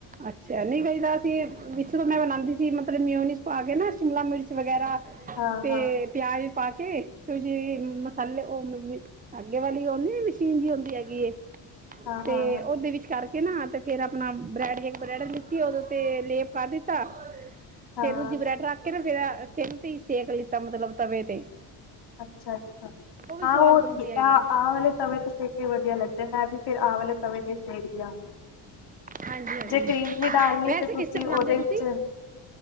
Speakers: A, on the right (about 20°); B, on the left (about 60°).
A: ਅੱਛਾ ਨਹੀਂ ਵਹਿਦਾ ਅਸੀ ਵਿੱਚ ਮਿਕਸਰ ਮੈਂ ਬਣਾਉਂਦੀ ਸੀ, ਮਤਲਬ ਮਿਉਨੀਸ ਪਾ ਕੇ ਨਾ ਸ਼ਿਮਲਾ ਮਿਰਚ ਵਗੈਰਾ।
B: ਹਾਂ
A: ਤੇ
B: ਹਾਂ
A: ਪਿਆਜ ਪਾ ਕੇ ਤੇ ਜਿ ਅ ਮਸਾਲੇ ਉਹ ਮ-ਮ ਆਦੇ ਵਾਲੀ ਉਹਦੀ ਵੀ ਮਸ਼ੀਨ ਜੀ ਹੁੰਦੀ ਹੈਗੀ ਏ
B: ਹਾਂ
A: ਤੇ
B: ਹਾਂ ਹਾਂ
A: ਉਹਦੇ ਵਿੱਚ ਕਰਕੇ ਨਾ ਤੇ ਫਿਰ ਆਪਣਾ ਬ੍ਰੈਡ ਜ ਬ੍ਰੈਡ ਲਿੱਤੀ, ਉਹਦੋਂ ਤੇ ਲੇਪ ਕਰ ਦਿੱਤਾ।
B: ਹਾਂ
A: ਫੇਰ ਦੂਜੀ ਬਰੈਡ ਰੱਖ ਕੇ ਨਾ ਫਿਰ ਸਿਮ ਤੇ ਹੀ ਸੇਕ ਲਿੱਤਾ ਮਤਲਬ ਤਵੇ ਤੇ।
B: ਅੱਛਾ-ਅੱਛਾ,
A: ਵੀ
B: ਹਾਂ
A: ਸਵਾਦ
B: ਉਹ
A: ਬਣਦੀ ਹੈਗੀ
B: ਆ ਵਾਲ ਤਵੇ ਤੇ ਸੇਕੇ ਵ ਵਧੀਆ ਲੱਗਦੈ, ਮੈਂ ਫਿਰ ਅਸੀਂ ਆ ਵਾਲੇ ਤਵੇ ਤੇ ਸੇਕਦੇ ਆ,
A: ਹਾਂਜੀ ਹਾਂਜੀ
B: ਜੇ ਕਰੀਮ ਨੀ ਡਾਲਣੀ
A: ਵੈਸੇ
B: ਤੇ ਤੁਸੀਂ
A: ਕਿਸ ਬਣਾਉਂਦੇ
B: ਉਹਦੇ
A: ਹੋ
B: ਵਿੱਚ
A: ਤੁਸੀਂ